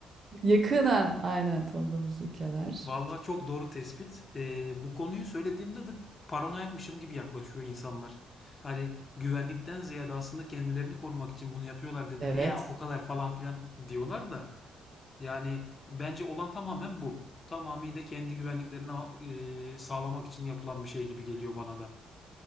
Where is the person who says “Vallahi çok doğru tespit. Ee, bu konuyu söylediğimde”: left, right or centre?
Left